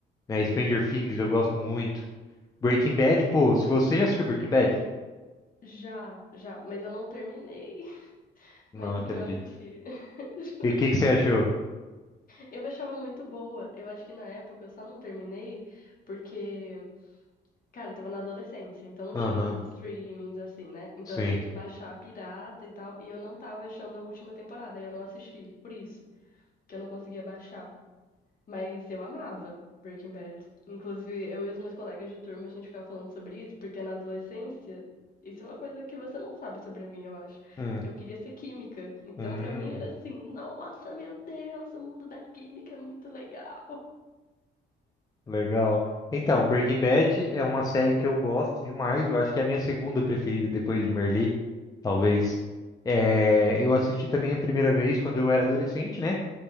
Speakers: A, on the left (about 20°); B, on the left (about 45°).
A: né? Stranger Things eu gosto muito. Breaking Bad, pô, se você já assistiu Breaking Bad?
B: Já, já. Mas eu não terminei. <laughs>
A: Não
B: Mas
A: acredito.
B: sim, eu assisti. <laughs>
A: E o que que você achou?
B: Eu achava muito boa. Eu acho que na época eu só não terminei porque, cara, eu tava na adolescência, então não
A: Aham,
B: tinha esses streamings assim, né? Então
A: sim.
B: eu tinha que baixar a pirata e tal, e eu não tava achando a última temporada, aí eu não assisti, por isso que eu não conseguia baixar. Mas eu amava Breaking Bad. Inclusive, eu e os meus colegas de turma, a gente ficava falando sobre isso, porque na adolescência, isso é uma coisa que você não sabe sobre mim, eu acho.
A: Hum,
B: Eu queria ser química. Então,
A: hum,
B: pra mim, era assim: nossa, meu Deus, o mundo da química é muito legal.
A: legal. Então, Breaking Bad é uma série que eu gosto demais. Eu acho que é a minha segunda preferida depois de Merli, talvez. É, eu assisti também a primeira vez quando eu era adolescente, né?